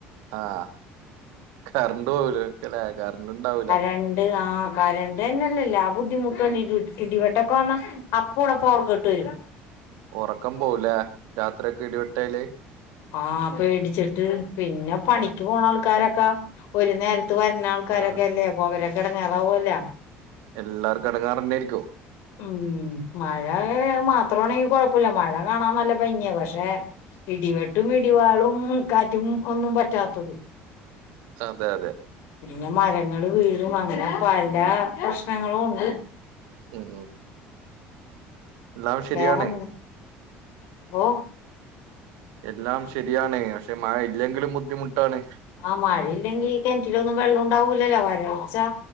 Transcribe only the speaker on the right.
ആഹ് കറണ്ട് പോവൂലരിക്കല്ലേ കറണ്ട് ഇണ്ടാവൂല
ഒറക്കം പോലേ രാത്രിയൊക്കെ ഇടിവെട്ടിയാല്
ആ
ആ
എല്ലാർക്കും എടങ്ങാറന്നൊയിരിക്കും
അതെ അതെ
ഉം എല്ലാം ശരിയാണ്
എല്ലാം ശരിയാണ് പക്ഷേ മഴ ഇല്ലെങ്കിലും ബുദ്ധിമുട്ടാണ്